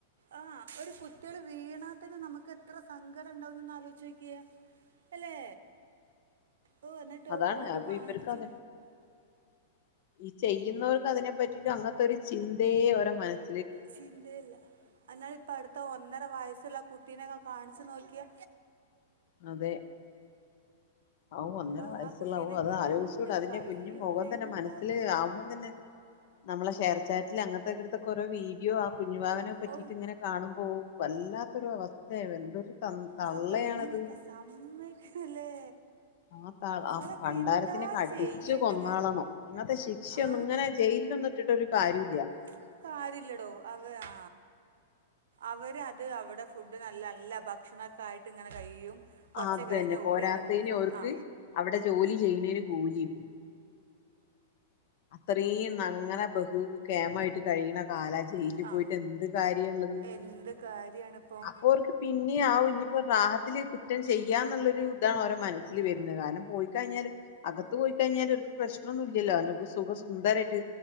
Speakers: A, on the right; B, on the left.
A: ആഹ് ഒരു കുട്ട്യാൾ വീണ തന്നെ നമക്ക് എത്ര സങ്കടംണ്ടാവും ഇജി ഒന്ന് ആലോചി നോകിയെ അല്ലേ ഓ എന്നിട്ടോര്
B: അതാണ് അപ്പൊ
A: കാണിച്ചു
B: ഇവർക്ക് അതെ ഈ ചെയ്യുന്നവർക്ക് അതിനെ പറ്റീട്ട് അങ്ങനത്തോരു ചിന്തയെ അവര മനസ്
A: ചിന്തയില്ല എന്നാൽ ഇപ്പ അടുത്ത ഒന്നര വയസുള്ള ആ കുട്ടീനെക്ക കാണിച്ചു, നോക്കിയേ
B: അതെ ഹാഹു, ഒന്നരവയസ്സുള്ള,
A: ഓ ആ കുട്ടീനെയൊക്കെ
B: ഹോ, അത് അലോയിച്ചൂട,
A: രണ്ട്
B: അതിന്റെ
A: കൈയില്ല
B: കുഞ്ഞുമൊകം, തന്നെ,
A: എന്താലേ
B: മനസ്സില്, ആകുമ്പം തന്നെ നമ്മളെ <unintelligible> കേട്ടില്ലേ, അങ്ങനെത്തേ, ഇങ്ങനത്തേ ഓരോ വീഡിയോയാ. കുഞ്ഞുവാവകളെ, പറ്റീട്ട്
A: ഓ
B: ഇങ്ങനെ, കാണുമ്പോ വല്ലാത്തൊരു, അവസ്ഥയാ, എന്തൊരു. എന്ത്, തള്ളയാണത്.
A: ആ പെണ്ണിനൊക്കെ സമ്മതിക്കുന്നില്ലേ
B: ആ, തള്ള,
A: അവളൊക്കെ
B: ആ, പണ്ടാരത്തിനെക്കെ,
A: എന്താ
B: അടിച്ചു,
A: ചെയ്യേണ്ടത്
B: കൊന്ന്, കളയണം, ഇങ്ങനെത്തേ ശിക്ഷയൊന്നും,
A: ആ
B: ജയിലിലൊന്നും ഇട്ടിട്ട്ഒന്നും, ഒരു ഒരു, കാര്യവും, ഇല്ലേ.
A: ഒരു കാര്യഇല്ലെടോ, അത്, ആ അവര്, അത്, അവിടെ, ഫുഡ്, നല്ലനല്ല... ‌ ഭക്ഷണക്കയായിട്ട്, ഇങ്ങനെ, കഴിയും. കുറച്ച്
B: ആ, അതന്നെ,
A: കഴിഞ്ഞ്
B: പോരാത്തയിന്,
A: ഓര് ഇറങ്ങും
B: ഓർക്ക്,
A: ആ
B: അവിടെ, ജോലി, ചെയ്യുന്നതിന്, കൂലിയും. അത്തറീം അങ്ങനെ ബഹുകേമായിട്ട് കഴിയണകാല ജയിലില്
A: ആ
B: പോയിട്ട് എന്ത് കാര്യള്ളത്.
A: എന്ത് കാര്യമാണിപ്പോൾ
B: അപ്പൊ അവർക്ക് പിന്നെ ആ ഇനിയിപ്പോ റാഹത്തില് കുറ്റം ചെയ്യാന്നുള്ളൊരു ഇതാണ് ഓരോ മനസ്സിൽ വരുന്നത് കാരണം പോയി കഴിഞ്ഞാല് അകത്ത് പോയി കഴിഞ്ഞാൽ അവർക്ക് പ്രശ്നൊന്നും ഇല്ലല്ലോ. സുഖ സുന്ദരായിട്ട്